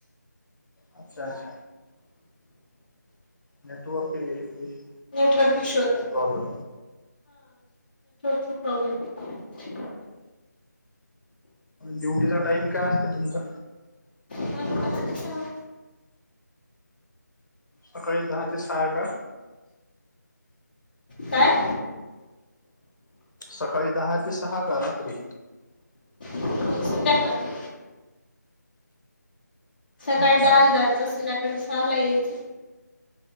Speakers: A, on the left (about 80°); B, on the left (about 30°).
A: अच्छा! नेटवर्कश
B: नेटवर्क इश्यू होता.
A: प्रॉब्लेम.
B: सठी.
A: ड्युटीचा टाईम काय असते तुमचा
B: माझं दहा ते सहा
A: सकाळी दहा ते सहा का.
B: काय?
A: सकाळी दहा ते सहा का रात्री.
B: हो संध्याकाळी. सकाळी
A: अच्छा
B: दहाला जायचं, संध्याकाळी सहाला यायचं.